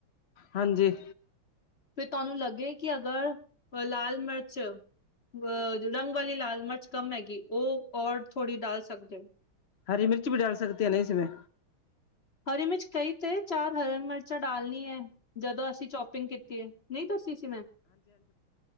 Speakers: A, on the left; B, on the left.
A: ਹਾਂਜੀ।
B: ਫਿਰ ਤੁਹਾਨੂੰ ਲੱਗੇ ਕਿ ਅਗਰ ਲਾਲ ਮਿਰਚ ਅ ਜੋ ਰੰਗ ਵਾਲੀ ਲਾਲ ਮਰਚ ਕੰਮ ਹੈਗੀ, ਉਹ ਔਰ ਥੋੜ੍ਹੀ ਡਾਲ ਸਕਦੇ ਔ।
A: ਹਰੀ ਮਿਰਚ ਵੀ ਡਾਲ ਸਕਤੇ ਹੈਂ ਨਾ ਇਸਮੇ
B: ਹਰੀ ਮਿਰਚ ਕਈ ਤੇ ਚਾਰ ਹਰੀ ਮਿਰਚਾਂ ਡਾਲਨੀ ਹੈ। ਜਦੋਂ ਅਸੀਂ ਚੋਪਿੰਗ ਕੀਤੀ ਹੈ, ਨਹੀਂ ਦੱਸੀ ਸੀ ਮੈਂ।